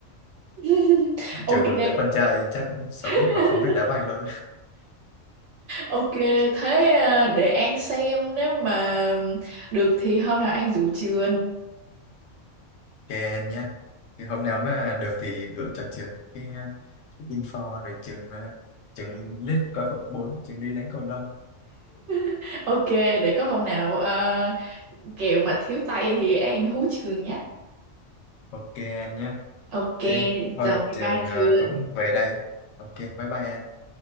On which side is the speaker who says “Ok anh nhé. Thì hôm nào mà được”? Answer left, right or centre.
Left